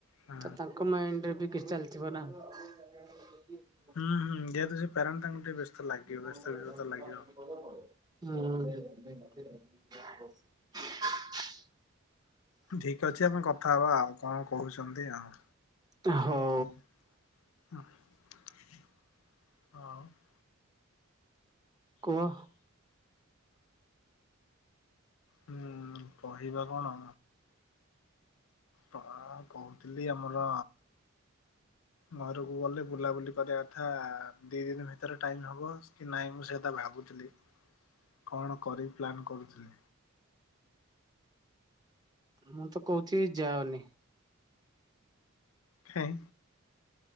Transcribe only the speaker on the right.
ତ ତାଙ୍କ ମାଇଣ୍ଡରେ ବି କିଛି ଚାଲିଥିବ ନା। <inaudible>
<unintelligible>
ଉ ହୁଁ।
ତୁ ହଁ।
କୁହ?
ମୁଁ ତ କହୁଚି ଯାଅନି।